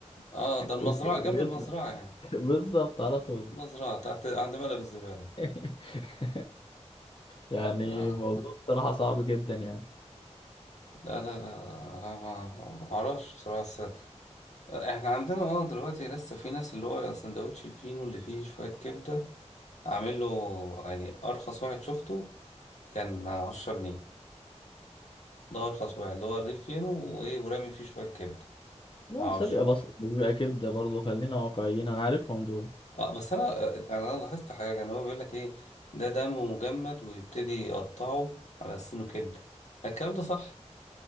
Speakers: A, on the left; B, on the left.
A: اه ده المزرعة
B: وبيطلع.
A: جنب المزرعة يعني
B: بالظبط على طول
A: المزرعة تحت عند ملعب الزبالة
B: <laughs> يعني
A: لا
B: موضوع بصراحة صعب جدا يعني
A: لا لا لا انا ما ما اعرفش بصراحة بس احنا عندنا اه دلوقتي لسه في ناس اللي هو سندوتش الفينو اللي فيه شوية كبدة عامل له يعني ارخص واحد شفته كان عشرة جنيه ده ارخص واحد اللي هو الرغيف فينو وايه ورامي فيه شوية كبدة
B: لا
A: عشرة
B: بس بيبقى بصل مش بيبقى كبدة برضه خلينا واقعيين انا عارفهم دول
A: اه بس انا انا لاحظت حاجه ان هو بيقول لك ايه ده دم مجمد ويبتدي يقطعه على سنه كبده الكلام ده صح